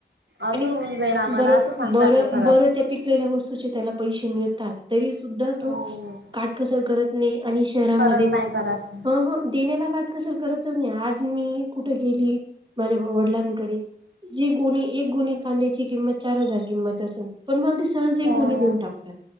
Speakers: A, on the right; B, on the right.
A: अजून
B: आणि
A: होऊन जाईल आम्हाला
B: बर,
A: असं सांगतात
B: बर,
A: ते खरंच
B: बरं त्या पिक त्याला वस्तूचे त्याला पैसे मिळतात तरी सुद्धा तो
A: हो
B: काटकसर करत नायी आणि शहरामध्ये
A: खरंच नाही करत
B: ह ह देण्याला काटकसर करतच नायी, आज मी कुठे गेली माझ्या वडलां जे गोणी एक गोणी कांद्याची किंमत चार हजार किंमत असन? पण मला ती सहज एक
A: हो
B: गोणी देऊन टाकतात,